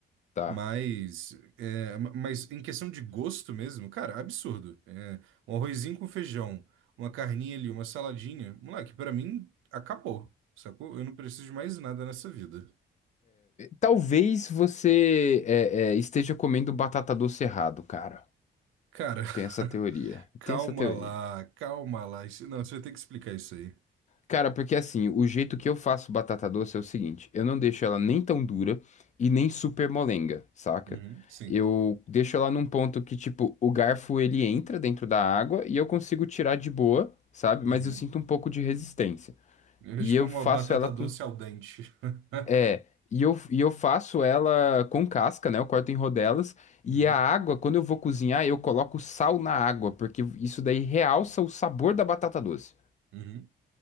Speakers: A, on the left (about 35°); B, on the right (about 85°).
A: Tá.
B: Mas, é, ma- mas em questão de gosto mesmo, cara, absurdo. É, um arrozinho com feijão, uma carninha ali, uma saladinha, moleque, pra mim acabou, sacou? Eu não preciso de mais nada nessa vida.
A: Talvez você é, é, esteja comendo batata doce errado, cara.
B: Cara,
A: Tem essa teoria.
B: <laughs> calma
A: Tem essa teoria.
B: lá, calma lá. Isso- não, você vai ter que explicar isso aí.
A: Cara, porque assim, o jeito que eu faço batata doce é o seguinte: eu não deixo ela nem tão dura e nem super molenga, saca?
B: Uhum, sim.
A: Eu deixo ela num ponto que, tipo, o garfo ele entra dentro da água e eu consigo tirar de boa, sabe?
B: Uhum.
A: Mas eu sinto um pouco de resistência.
B: É
A: E
B: tipo
A: eu
B: uma
A: faço
B: batata
A: ela com.
B: doce al dente. <laughs>
A: É. E eu, e eu faço ela com casca, né? Eu corto em rodelas. E
B: Uhum,
A: a água, quando eu vou cozinhar, eu coloco sal na água, porque isso daí realça o sabor da batata doce.
B: uhum.